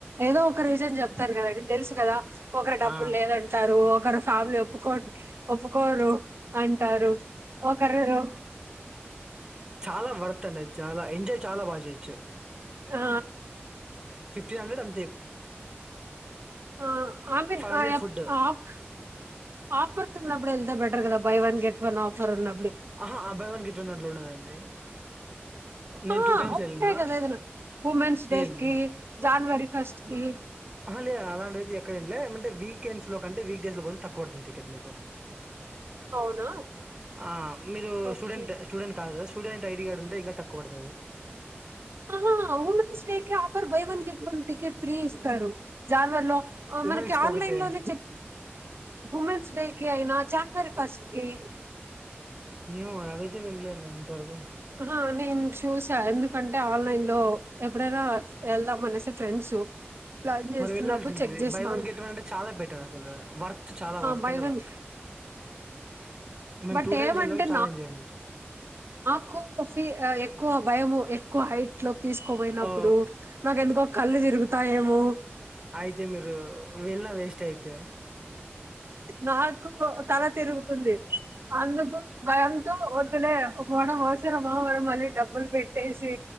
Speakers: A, on the right; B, on the right.
A: ఏదో ఒక రీజన్ చెప్తారు కద తెలుసు కదా ఒకరు డబ్బులు
B: ఆ
A: లేదంటారు ఒకరు ఫ్యామిలీ ఒప్పుకో ఒప్పుకోరు అంటారు ఒకరురు
B: చాలా వర్త్ చాలా ఎంజయ్ చాలా బాగా చేయచ్చు
A: ఆ
B: ఫిఫ్టీన్ హండ్రెడ్ అ
A: ఆ అమిన్
B: ఫైవ్ hundred
A: ఆ F
B: food
A: of offers ఉన్నపుడు వెళ్తే బెటర్ కదా బయ్ వన్ గేట్ న్ ఆఫర్ వున్న
B: ఆహా ఆ బయ్ వన్ గేట్ వన్ ఆట్లుండదండి నేను
A: ఆ
B: టూ టైమ్స్
A: ఉంటాయి
B: వెళ్ళిన
A: కదా ఏదైనా ఉమెన్స్ డే
B: లేదు
A: కి జనవరి ఫస్ట్ కి
B: ఆ లేద అలాంటియితే ఎక్కడ ఏం లే ఏంటే వీక్ వీకెండ్స్ లో కంటే వీకెండ్ లో పోతే తక్కువ పడుతుంది టికెట్ మీకు
A: అవునా
B: ఆ మీరు
A: ఓకే
B: స్టూడెంట్ స్టూడెంట్ కాదు కదా స్టూడెంట్ ఐడి కార్డు ఉంటే ఇంకా తక్కువ పడతది
A: ఊహూ ఉమెన్స్ డే కి offer buy one get one ticket free ఇస్తారు జాన్వర్ లో
B: ఉమెన్స్
A: మనకి
B: కి
A: ఆన్లైన్
B: ఒకటే
A: లోనే చెక్ ఉమెన్స్ డే కి అయినా జనవరి ఫస్ట్ కి
B: ఏమో అవి అయితే వినలే నేను ఇంతవరకు
A: ఆహ నేను చూసా ఎందుకంటే ఆన్లైన్ లో ఎప్పుడైనా వెళ్దాం అనేసి ఫ్రెండ్స్ ప్లాన్ చేస్తున్నప్పుడు
B: మరి వెళ్ళాల్సింది
A: చెక్ చేస్తా
B: బై వన్
A: ఉంటా
B: గెట్ వన్ అంటే చాలా బెటర్ అసలు వర్త్ చాలా వర్త్
A: బై
B: అంటే
A: వన్
B: వర్త్ మేము
A: బట్
B: టూ టైమ్స్
A: ఏమంటే
B: వెళ్ళాం చాలా ఎంజాయ్మెంట్
A: ఎక్కువ ఫీ ఎక్కువ భయం ఎక్కువ హైట్ లిఫ్ట్ లోకితీసుకోపోయినప్పుడు
B: ఓ
A: నాకు ఎందుకో కళ్ళు తిరుగుతాయేమో
B: అయితే మీరు వెళ్ళిన వేస్ట్ అయితే
A: నాకు తల తిరుగుతుంది అందుకు. భయంతో వద్దులే పోవడం అవసరమా మరి డబ్బు డబ్బులు పెట్టేసి